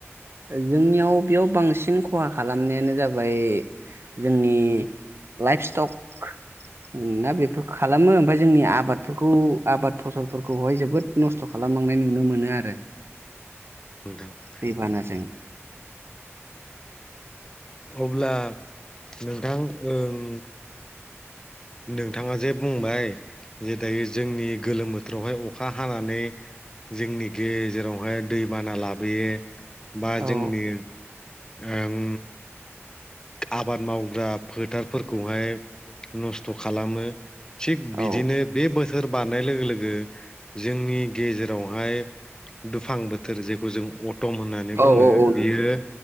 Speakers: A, on the right (about 60°); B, on the left (about 15°).
A: जोंनियाव बेयाव बांसिन खहा खालामनायानो जाबाय जोंनि लाइफ स्टक ना बेफोर खालामो ओमफाय जोंनि आबादफोरखौ आबाद फसलफोरखौहाय जोबोद नस्थ' खालामलांनाय नुनो मोनो आरो।
B: नोंथां
A: दै बानाजों
B: अब्ला नोंथां ओं नोंथाङा जे बुंबाय जे दायो जोंनि गोलोम बो थोरावहाय अखा हानानै जोंनि गेजेरावहाय दैबाना लाबोयो बा
A: औ
B: जोंनि ओम आबाद मावग्रा फोथारफोरखौहाय नस्थ' खालामो थिग बिदिनो
A: औ
B: बे बोसोर बारनाय लोगो-लोगो जोंनि गेजेरावहाय दुफां बोथोर जेखौ जों अटम होननानै
A: औ
B: बुङो
A: औ
B: बियो
A: नंगौ नोंथां